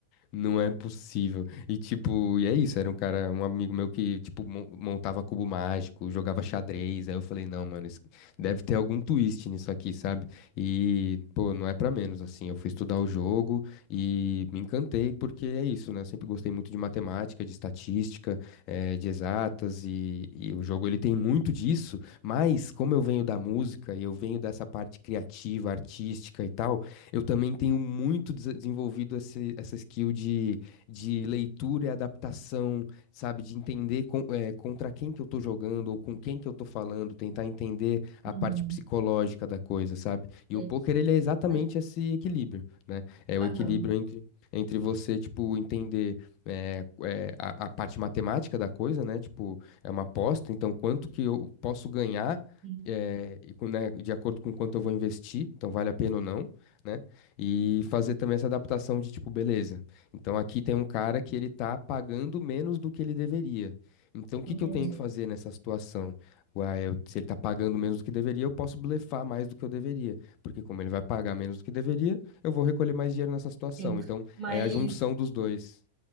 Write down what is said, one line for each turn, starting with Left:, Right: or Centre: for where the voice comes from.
Left: Não é possível. E tipo, e é isso, era um cara, um amigo meu que, tipo, mon- montava cubo mágico, jogava xadrez. Aí eu falei, não, mano, isso- deve ter algum twist nisso aqui, sabe? E, pô, não é pra menos, assim. Eu fui estudar o jogo e me encantei, porque é isso, né? Eu sempre gostei muito de matemática, de estatística, eh, de exatas, e, e o jogo ele tem muito disso, mas como eu venho da música e eu venho dessa parte criativa, artística e tal. Eu também tenho muito des- desenvolvido esse, essa skill de, de leitura e adaptação, sabe? De entender con- é, contra quem que eu tô jogando ou com quem que eu tô falando, tentar entender
Centre: Uhum.
Left: a parte psicológica da coisa, sabe? E
Centre: Sim.
Left: o poker, ele é exatamente
Centre: Mas-
Left: esse equilíbrio, né? É
Centre: Aham.
Left: o equilíbrio entre, entre você, tipo, entender é, é, a, a parte matemática da coisa, né? Tipo, é uma aposta, então quanto que eu posso ganhar
Centre: Sim.
Left: é, e com- né, de acordo com quanto eu vou investir, então vale a pena ou não, né? E fazer também essa adaptação de tipo, beleza. Então aqui tem um cara que ele tá pagando menos do que ele deveria. Então o
Centre: Entendi.
Left: que que eu tenho que fazer nessa situação? Ué, eu- se ele tá pagando menos do que deveria, eu posso blefar mais do que eu deveria. Porque como ele vai pagar menos do que deveria, eu vou recolher mais dinheiro nessa situação.
Centre: Sim.
Left: Então
Centre: Mas,
Left: é a junção dos dois.